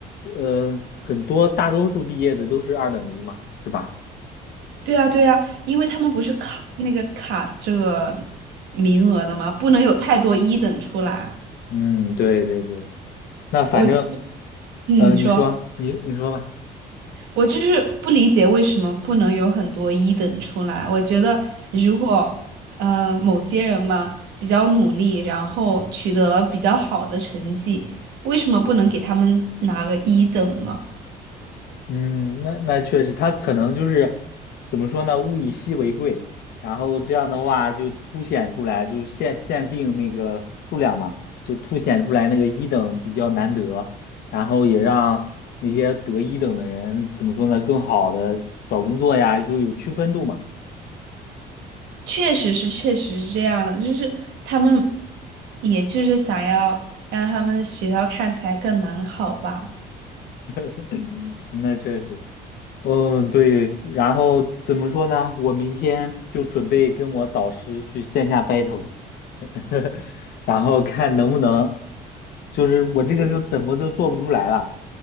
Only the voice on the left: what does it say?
呃，很多大多数毕业的都是二等一嘛，是吧？
嗯，对对对，那反正，
呃，
你说，你你说吧。
嗯，那那确实，他可能就是怎么说呢？物以稀为贵，然后这样的话就凸显出来，就限限定那个数量嘛，就凸显出来那个一等比较难得，然后也让那些得一等的人怎么说呢？更好的找工作呀，就有区分度嘛。
<laughs> 那确实。嗯，对，然后怎么说呢？我明天就准备跟我导师去线下 battle，<laughs> 然后看能不能，就是我这个就怎么就做不出来了，